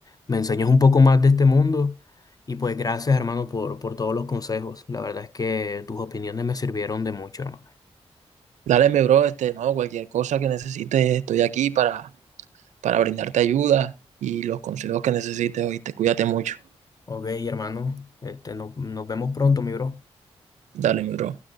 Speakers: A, on the left; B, on the right.
A: me enseñes un poco más de este mundo. Y pues gracias, hermano, por, por todos los consejos. La verdad es que tus opiniones me sirvieron de mucho, hermano.
B: Dale, mi bro, este, no, cualquier cosa que necesites, estoy aquí para, para brindarte ayuda y los consejos que necesites, oíste, cuídate mucho.
A: Ok, hermano, este, no- nos vemos pronto, mi bro.
B: Dale, mi bro.